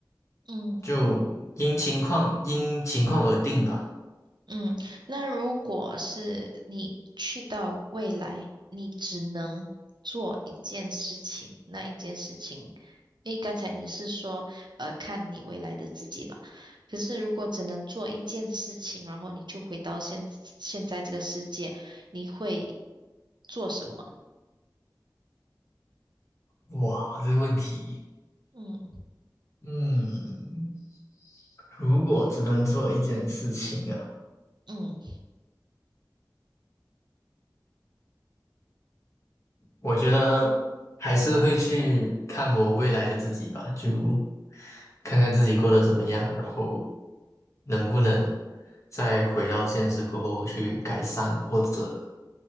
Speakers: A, on the right; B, on the left.
A: 嗯
B: 就因情况因情况而定吧。
A: 嗯，那如果是你去到未来，你只能做一件事情，那一件事情，因为刚才你是说，呃，看你未来的自己嘛。可是如果只能做一件事情，然后你就回到现现在这个世界，你会做什么？
B: 哇，这个问题，
A: 嗯
B: 嗯，如果只能做一件事情啊，
A: 嗯
B: 我觉得还是会去看我未来的自己吧，就看看自己过得怎么样，然后能不能再回到现实过后去改善，或者